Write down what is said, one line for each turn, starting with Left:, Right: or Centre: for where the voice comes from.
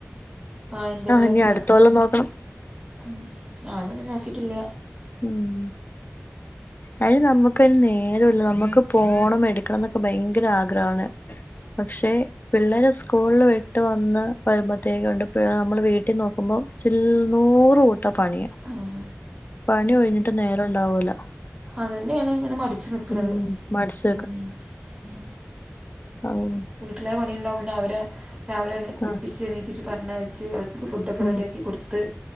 Right: ആഹ് എന്തെങ്കിലൊക്കെ
Left: ഇനി അടുത്ത കൊല്ലം നോക്കണം
Right: ഉം ഞാനൊന്നും നോക്കീറ്റില്ല.
Left: ഉം. അയിന് നമ്മക്കയ്ന് നേരോല്ല നമ്മക്ക് പോണം എടുക്കണം ന്നൊക്കെ ഭയങ്കര ആഗ്രഹാണ്. പക്ഷെ, പിള്ളേരെ സ്കൂൾല് വിട്ട് വന്ന്. വരുമ്പഴത്തെക്കും ഉണ്ട് പ്യാ നമ്മൾ വീട്ടിൽ നോക്കുമ്പോ ചിൽ നൂറുക്കൂട്ടം പണിയാ.
Right: ഉം.
Left: പണി ഒഴിഞ്ഞിട്ട് നേരണ്ടാവൂല.
Right: അതെന്നേണ് ങ്ങനെ മട്ച്ച് നിക്ണത്
Left: ഉം മടിച്ചു
Right: ഉം ഉം.
Left: ആവൂ.
Right: വീട്ടിലെ പണിണ്ടാവും പിന്നെ അവരെ രാവിലെ എണി കുൾപ്പിച്ച്
Left: ആ
Right: എണീപ്പിച്ച് പറഞ്ഞയെച്ച് അവര് ഫുഡോക്കെ
Left: ഉം
Right: റെഡ്യാക്കി കൊട്ത്ത്